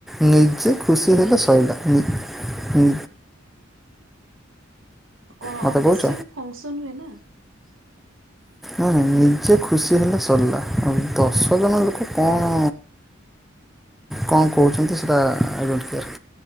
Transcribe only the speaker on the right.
ଅଫିସ୍‌ରେ
ବି ଫଙ୍କସନ୍ ହୁଏ ନା।